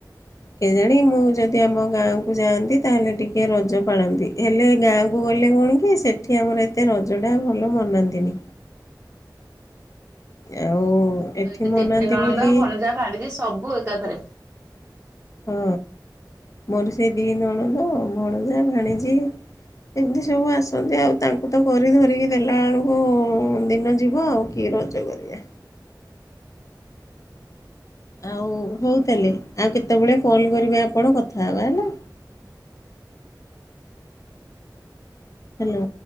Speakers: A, on the left (about 45°); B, on the right (about 25°).
A: କେଜାଣି, ମୁଁ ଯଦି ଆମ ଗାଁକୁ ଯାଆନ୍ତି, ତାହେଲେ ଟିକେ ରଜ ପାଳନ୍ତି। ହେଲେ ଗାଁକୁ ଗଲେ କଣ କି, ସେଠି ଆମର ଏତେ ରଜଟା ଭଲ ମନାନ୍ତିନି। ଆଉ
B: ମୁଁ
A: ଏଠି
B: ତ ଏବେ
A: ମନାନ୍ତି
B: ତିନି ନଣନ୍ଦ,
A: ବୋଲି
B: ଭଣଜା, ଭାଣିଜି ସବୁ ଏକାଥରେ
A: ହଁ, ମୋର ସେ ଦି ନଣଦ, ଭଣଜା, ଭାଣିଜି ଏମିତି ସବୁ ଆସନ୍ତି ଆଉ, ତାଙ୍କୁ ତ କରି ଧରିକି ଦେଲା ବେଳକୁ, ଦିନ ଯିବ ଆଉ। କି ରଜ କରିବା? ଆଉ ହଉ ତାହେଲେ, ଆଉ କେତେବେଳେ କଲ୍ କରିବେ ଆପଣ କଥା ହେବା ହେଲା। ହାଲୋ